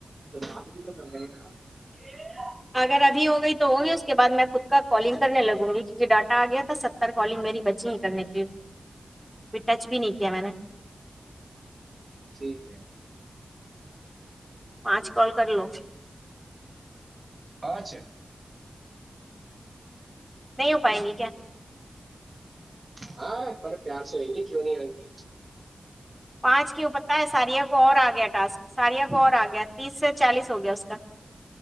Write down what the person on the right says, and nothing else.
تو تو مگ آپ <unintelligible>
ٹھیک ہے <inaudible>
ہاںھ
ہاں بڑے پیار سے رہیں گے کیوں نہیں ان کی